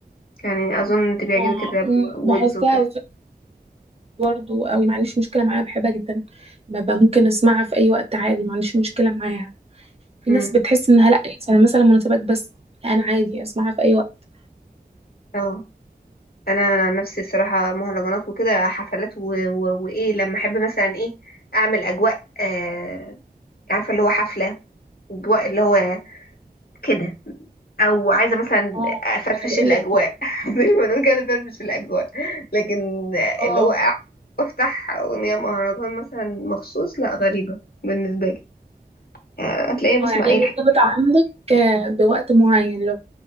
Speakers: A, on the left (about 65°); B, on the right (about 35°).
A: يعني اظن انت بيعجبك
B: اه
A: الراب
B: أمم،
A: و-
B: بحسها
A: ويجز وكده
B: برضو قوي ما عنديش مشكلة معاها بحبها جدا ببقى ممكن اسمعها في اي وقت عادي ما عنديش مشكلة معاها في
A: امم
B: ناس بتحس انها لا يعني مثلا مثلا مناسبات بس لا انا عادي اسمعها في اي وقت
A: اه انا انا عن نفسي الصراحه مهرجانات وكده حفلات و... و... وايه لما احب مثلا ايه اعمل اجواء آه... عارفه اللي هو حفله اجواء اللي هو كده او عايزه مثلا
B: اه
A: افرفش
B: انا بقول
A: الاجواء
B: لك
A: <laughs> زي ما بنقول كده افرفش الاجواء لكن
B: اه
A: اللي هو افتح اغنيه مهرجان مثلا مخصوص لا غريبه بالنسبه لي يعني هتلاقيني
B: اه
A: بسمع
B: يعني
A: اي
B: هي
A: الحاجات
B: مرتبطة عندك آه، بوقت معين لو